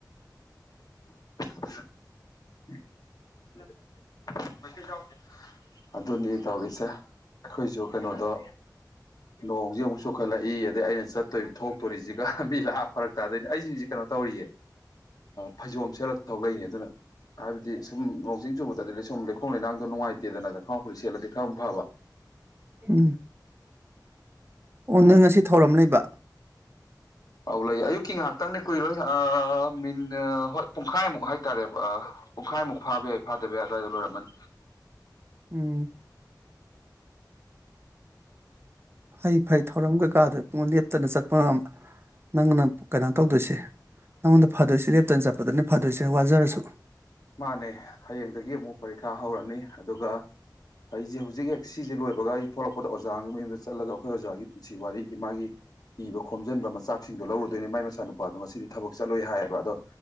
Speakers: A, on the left; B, on the right.
A: <unintelligible> <inaudible> ꯑꯗꯨꯅꯤ ꯇꯧꯔꯤꯁꯦ ꯑꯩꯈꯣꯏꯁꯨ ꯀꯩꯅꯣꯗ ꯅꯣꯡꯁꯦ ꯁꯣꯛꯈꯠꯂꯛꯏ ꯑꯗ ꯑꯩꯅ ꯆꯠ ꯇꯣꯏ ꯊꯣꯛꯇꯣꯔꯤꯁꯤꯒ ꯃꯤꯂꯥ ꯐꯔꯛ ꯇꯥꯗꯣꯏꯅꯦ ꯑꯩꯁꯤꯁꯤ ꯀꯩꯅꯣ ꯇꯧꯔꯤꯌꯦ ꯐꯩꯖꯣꯝ ꯁꯦꯠꯂ ꯊꯣꯛꯂꯛꯏ ꯑꯗꯨꯅ ꯍꯥꯏꯕꯗꯤ ꯁꯨꯝ ꯅꯣꯡꯖꯤꯡ ꯆꯨꯕꯗꯗꯤ ꯁꯨꯝ ꯂꯩꯈꯣꯝ ꯂꯩꯅꯥꯡꯗꯣ ꯅꯨꯡꯉꯥꯏꯇꯦꯗꯅ ꯈꯥꯉ ꯐꯨꯔꯤ ꯁꯦꯠꯂꯗꯤ ꯈꯔ ꯐꯕ
B: ꯎꯝ ꯑꯣ ꯅꯪ ꯉꯁꯤ ꯊꯧꯔꯝ ꯂꯩꯕ
A: ꯑꯧ ꯂꯩꯌꯦ ꯑꯌꯨꯛꯀꯤ ꯉꯥꯏꯍꯥꯛꯇꯪꯅꯦ ꯀꯨꯏꯔꯣꯏ ꯑ ꯃꯤꯟ ꯍꯣꯏ ꯄꯨꯡꯈꯥꯏꯃꯨꯛ ꯍꯥꯏꯇꯥꯔꯦꯕ ꯄꯨꯡꯈꯥꯏꯃꯨꯛ ꯐꯥꯕ ꯌꯥꯏ ꯐꯥꯗꯕ ꯌꯥꯏ ꯑꯗꯨꯋꯥꯏꯗꯣ ꯂꯣꯏꯔꯝꯃꯅꯤ
B: ꯎꯝ ꯐꯩ ꯐꯩ ꯊꯧꯔꯝꯒ ꯀꯥꯗ ꯄꯨꯡ ꯂꯦꯞꯇꯅ ꯆꯠꯄ ꯅꯪꯅ ꯀꯩꯅꯣ ꯇꯧꯗꯣꯏꯁꯦ ꯅꯣꯟ ꯐꯗꯔꯤꯞ ꯐꯖꯅ ꯐꯗꯣꯏꯁꯦ ꯋꯥꯖꯔꯁꯨ
A: ꯃꯥꯅꯦ ꯍꯌꯦꯡꯗꯒꯤ ꯑꯃꯨꯛ ꯄꯔꯤꯈꯥ ꯍꯧꯔꯅꯤ ꯑꯗꯨꯒ ꯑꯩꯁꯦ ꯍꯧꯖꯤꯛ ꯁꯤꯁꯦ ꯂꯣꯏꯕꯒ ꯑꯩ ꯊꯣꯛꯂꯛꯄꯗ ꯑꯣꯖꯥ ꯃꯌꯨꯝꯗ ꯆꯠꯂꯒ ꯑꯩꯈꯣꯏ ꯑꯣꯖꯥꯒꯤ ꯄꯨꯟꯁꯤ ꯋꯥꯔꯤꯒꯤ ꯃꯥꯒꯤ ꯏꯕ ꯈꯣꯝꯖꯤꯟꯕ ꯃꯆꯥꯛꯁꯤꯡꯗꯣ ꯂꯧꯔꯨꯗꯣꯏꯅꯦ ꯃꯥꯏ ꯃꯆꯥꯅꯨꯄꯥꯗꯣ ꯉꯁꯤꯗꯤ ꯊꯕꯛ ꯆꯠꯂꯨꯏ ꯍꯥꯏꯌꯦꯕ ꯑꯗꯣ